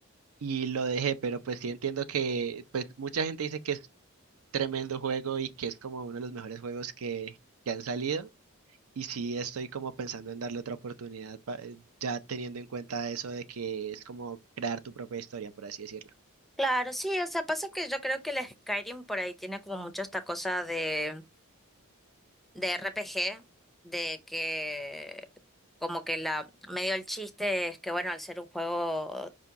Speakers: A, on the right; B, in the centre.
A: y lo dejé, pero pues sí entiendo que pues mucha gente dice que es tremendo juego y que es como uno de los mejores juegos que, que han salido y sí estoy como pensando en darle otra oportunidad pa- eh, ya teniendo en cuenta eso de que es como crear tu propia historia, por así decirlo.
B: Claro, sí, o sea, pasa que yo creo que el Skyrim por ahí tiene como mucho esta cosa de, de RPG, de que como que la medio el chiste es que bueno, al ser un juego